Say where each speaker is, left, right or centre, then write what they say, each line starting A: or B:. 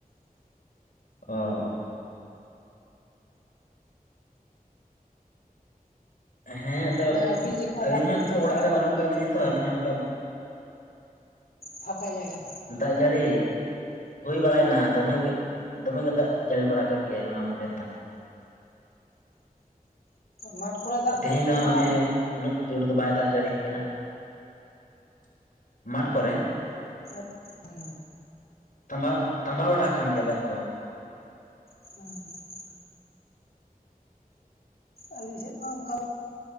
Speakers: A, on the left (about 65°); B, on the left (about 85°).
A: ᱚ ᱚ᱾ ᱦᱮᱸ ᱟᱫᱚ
B: ᱛᱟᱦᱞᱮ ᱟᱹᱵᱤᱱ ᱪᱮᱫᱠᱟ
A: ᱟᱹᱞᱤᱧ
B: ᱫᱟᱜ ᱡᱟᱹᱲᱤ
A: ᱦᱚᱸ ᱱᱤᱛᱚᱜ
B: ᱠᱮᱜᱼᱟ
A: ᱚᱲᱟᱜ ᱨᱮ ᱵᱟᱱᱩᱜ ᱟᱠᱟᱫ ᱞᱤᱧᱟ ᱛᱚ ᱟᱞᱤᱧ ᱦᱚᱸ ᱚᱱᱠᱟ
B: ᱯᱷᱟᱸᱠᱟ ᱡᱟᱭᱜᱟ ᱨᱮ᱾
A: ᱫᱟᱜ ᱡᱟᱲᱤ᱾ ᱦᱩᱭ ᱵᱟᱲᱟᱭᱱᱟ ᱫᱚᱢᱮ ᱜᱮ᱾ ᱫᱚᱢᱮ ᱜᱮ ᱫᱟᱜ ᱡᱟᱲᱤ ᱵᱟᱲᱟ ᱠᱮᱫ ᱜᱮᱭᱟᱭ ᱦᱚᱞᱟ ᱢᱟᱫᱷᱮᱨ ᱫᱚ᱾
B: ᱢᱟᱴ ᱠᱚᱨᱮ ᱫᱟᱜ
A: ᱛᱮᱦᱮᱧ
B: ᱛᱟᱦᱞᱮ
A: ᱫᱚ
B: ᱛᱚᱵᱟ
A: ᱚᱱᱮ
B: ᱟᱠᱟᱱᱟ?
A: ᱩᱱᱟᱹᱜ ᱡᱳᱨ ᱫᱚ ᱵᱟᱭ ᱫᱟᱜ ᱡᱟᱲᱤ ᱟᱠᱟᱜᱼᱟ ᱾ ᱢᱟᱴᱷ ᱠᱚᱨᱮ?
B: ᱦᱩᱸ ᱾
A: ᱛᱟᱢᱵᱟ ᱛᱟᱸᱵᱟᱣ ᱵᱟᱲᱟ ᱟᱠᱟᱱ ᱜᱮᱭᱟ ᱫᱟᱜ ᱠᱚ ᱾
B: ᱦᱩᱸ ᱾ ᱟᱹᱞᱤᱧ ᱥᱮᱫ ᱢᱟ ᱚᱱᱠᱟ